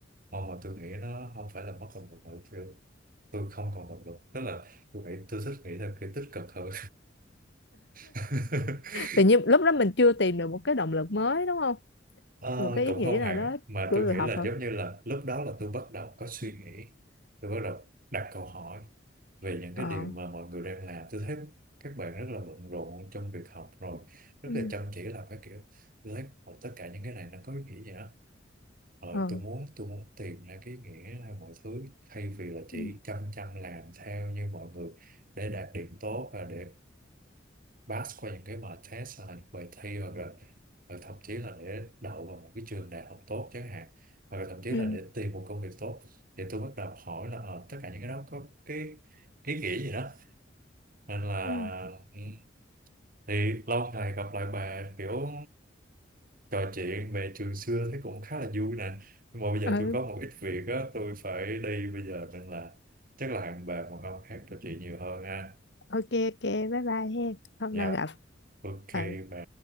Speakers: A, on the right; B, on the left.
A: mong mà tôi nghĩ nó không phải là mất động lực nữa tôi không còn động lực tức là tôi nghĩ tôi thích nghĩ theo kiểu tích cực hơn <laughs>
B: Tự nhiên lúc đó mình chưa tìm được một cái động lực mới đúng không?
A: Ờ,
B: Một cái
A: cũng
B: ý nghĩa
A: không hẳn
B: nào đó
A: mà
B: của
A: tôi
B: việc
A: nghĩ
B: học
A: là
B: hả?
A: giống như là lúc đó là tôi bắt đầu có suy nghĩ tôi bắt đầu đặt câu hỏi về những
B: Ờ,
A: cái điều mà mọi người đang làm tôi thấy các bạn rất là bận rộn trong việc học rồi rất
B: ừ,
A: là chăm chỉ làm cái kiểu tôi thấy "Ồ, tất cả những cái này nó có ý nghĩa gì đó ờ,
B: ờ,
A: tôi muốn tôi muốn tìm ra cái ý nghĩa hay mọi thứ thay vì là chỉ
B: ừ,
A: chăm chăm làm theo như mọi người để đạt điểm tốt và để pass qua những cái bài test hay là những bài thi hoặc là hoặc thậm chí là để đậu vào một cái trường đại học tốt chẳng hạn hoặc là thậm chí
B: ừ,
A: là để tìm một công việc tốt thì tôi bắt đầu hỏi là ờ, tất cả những cái đó có cái ý nghĩa gì đó nên là
B: ừ,
A: ừ, thì lâu ngày gặp lại bà kiểu trò chuyện về trường xưa thấy cũng khá là vui nè nhưng mà bây giờ
B: ừ,
A: tôi có một ít việc á tôi phải đi bây giờ nên là chắc là hẹn bà một hôm khác trò chuyện nhiều hơn ha
B: ok, ok, bye bye he, hôm
A: nha
B: nào gặp.
A: ok
B: Ờ.
A: bà